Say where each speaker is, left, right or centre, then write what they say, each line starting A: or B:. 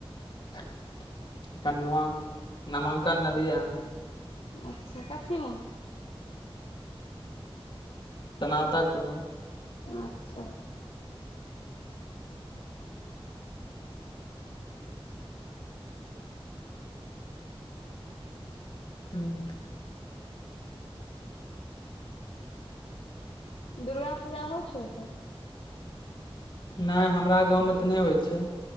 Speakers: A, on the left; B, on the left.
A: <unintelligible> नामंकन ल लिए हन
B: अच्छा कथिमे
A: स्नातक मे
B: अच्छा
A: हूँ
B: दुर्गा पूजा होइ छौ ओत
A: नय हमरा गाँवमे तऽ नय होइ छै